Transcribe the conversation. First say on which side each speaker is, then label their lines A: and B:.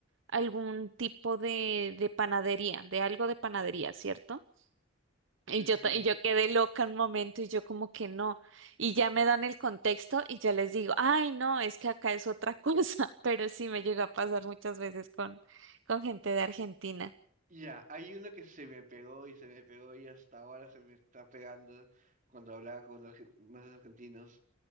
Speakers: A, on the right (about 65°); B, on the right (about 40°).
A: algún tipo de, de panadería, de algo de panadería, ¿cierto? Y
B: Eh,
A: yo,
B: Sí.
A: ta- y yo quedé loca un momento y yo como que no. Y ya me dan el contexto y ya les digo, ay, no, es que acá es otra cosa. <laughs> Pero sí me llegó a pasar muchas veces con, con gente de Argentina.
B: Ya, hay uno que se me pegó y se me pegó y hasta ahora se me está pegando cuando hablaba con argen- unos argentinos.